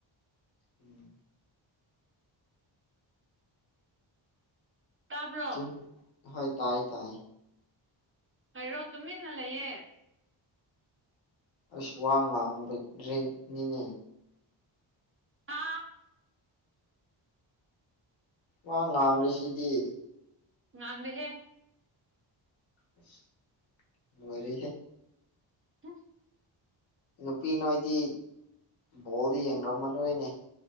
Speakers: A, on the left (about 70°); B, on the right (about 30°).
A: ꯎꯝ
B: ꯇꯥꯕ꯭ꯔꯣ
A: <unintelligible> ꯍꯣꯏ ꯇꯥꯏꯌꯦ ꯇꯥꯏꯌꯦ
B: ꯀꯩꯔꯣ ꯇꯨꯃꯤꯟꯅ ꯂꯩꯌꯦ
A: ꯑꯩꯁꯨ ꯋꯥ ꯉꯥꯡꯕ <unintelligible> ꯅꯤꯅꯦ
B: ꯍꯥ
A: ꯋꯥ ꯉꯥꯡꯔꯤꯁꯤꯗꯤ
B: ꯉꯥꯡꯗꯦꯍꯦ
A: ꯑꯁ ꯂꯣꯢꯔꯦꯍꯦ
B: <unintelligible>
A: ꯅꯨꯄꯤ ꯅꯣꯏꯗꯤ ꯕꯣꯜꯗꯤ ꯌꯦꯡꯂꯝ ꯃꯔꯣꯏꯅꯦ